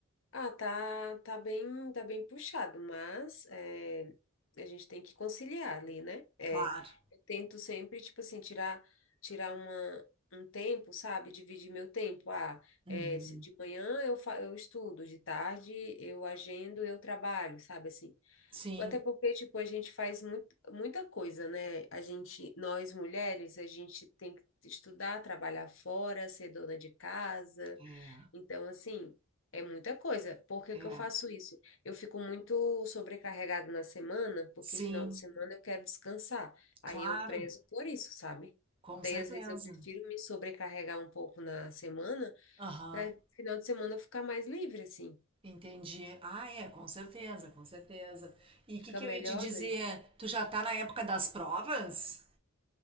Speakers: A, on the left; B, on the right.
A: Ah, tá, tá bem, tá bem puxado, mas é, a gente tem que conciliar ali, né? É,
B: Claro.
A: eu tento sempre, tipo assim, tirar, tirar uma, um tempo, sabe? Dividir meu tempo. Ah,
B: Uhum.
A: é, se- de manhã eu, fa eu estudo, de tarde eu agendo, eu trabalho, sabe? Assim,
B: Sim.
A: até porque, tipo, a gente faz muito, muita coisa, né? A gente, nós mulheres, a gente tem que estudar, trabalhar fora, ser dona de casa.
B: É,
A: Então, assim, é muita coisa. Por que
B: é.
A: que eu faço isso? Eu fico muito sobrecarregada na semana, porque
B: Sim,
A: final de semana eu quero descansar. Aí
B: claro.
A: eu prezo por isso, sabe?
B: Com
A: Daí,
B: certeza.
A: às vezes, eu prefiro me sobrecarregar um pouco na semana,
B: Aham.
A: para final de semana eu ficar mais livre, assim.
B: Entendi. Ah, é, com certeza, com certeza. E
A: Fica
B: o que que
A: melhor,
B: eu ia te dizer?
A: né?
B: Tu já tá na época das provas?